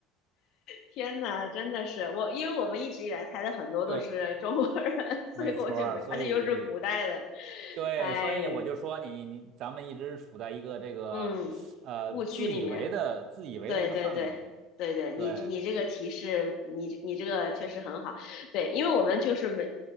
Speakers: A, on the left (about 60°); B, on the right (about 55°).
A: 天呐，真的是我，因为我们一直以来猜的很多都是中国人，
B: 对，
A: <laughs> 所以我就没，
B: 没错儿，所以
A: 而且又是古代的，
B: 对，
A: 哎呀，
B: 所以我就说你你咱们一直处在一个这个呃自以为的自以为的一个范围里，
A: 嗯，误区里面，对对对对对，你你这个提示，
B: 对。
A: 你你这个确实很好，对，因为我们就是没